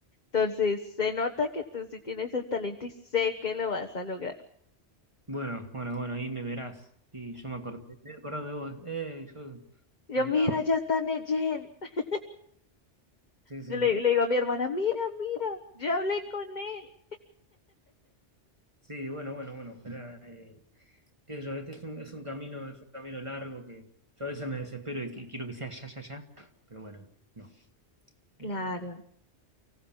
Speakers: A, on the left; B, on the right.
A: Entonces, se nota que tú sí tienes el talento y sé que lo vas a lograr.
B: Bueno, bueno, bueno, ahí me verás. Y yo me acordé, me acordé de vos. Eh, yo
A: Yo,
B: hablaba.
A: mira, ya está Neyen. <laughs>
B: Sí, sí.
A: Yo le, le digo a mi hermana, mira, mira, yo hablé con él.
B: Sí, bueno, bueno, bueno, ojalá. eh, qué sé yo, este es un, es un camino, es un camino largo que yo a veces me desespero y que- quiero que sea ya, ya, ya, pero bueno, no. Eh,
A: Claro,